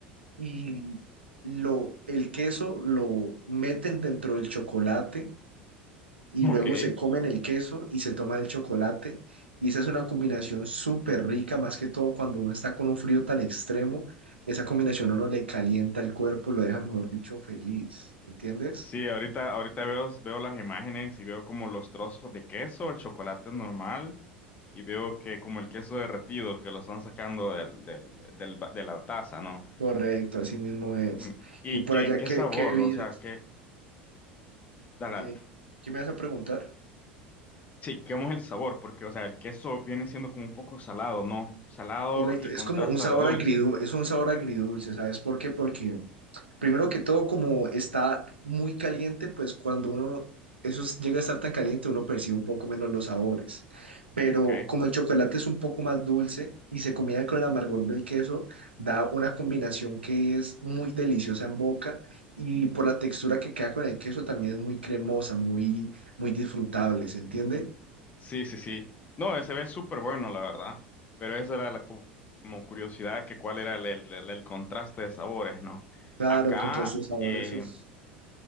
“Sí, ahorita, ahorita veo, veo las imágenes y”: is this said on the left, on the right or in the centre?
Left